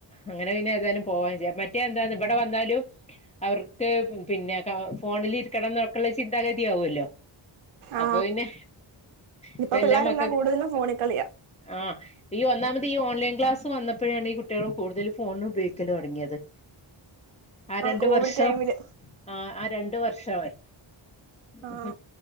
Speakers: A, on the left; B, on the right.
A: അങ്ങനെ പിന്നെ ഏതായാലും പോകൻ മറ്റേ എന്താ ഇവിടെ വന്നാലും അവർക്ക് പിന്നെ ഫോണിലിരിക്കണം ന്നൊക്കെള്ള ചിന്താഗതിയാവല്ലോ അപ്പൊ
B: ആ
A: പിന്നെ ഇപ്പ
B: ഇപ്പൊ
A: എല്ലാമക്കൾക്കു
B: പിള്ളേരെല്ലാം കൂടുതലും ഫോണിൽ കളിയാ
A: ആ ഈ ഒന്നാമത്തെ ഈ ഓൺലൈൻ ക്ലാസ്സ് വന്നപ്പോഴാണ് ഈ കുട്ടികൾ കൂടുതൽ ഫോണ് ഉപയോഗിക്കല് തുടങ്ങിയത് ആ രണ്ട്
B: കോവിഡ്
A: വർഷം
B: ടൈമില്
A: ആ ആ രണ്ട് വർഷേ ഉം
B: ആ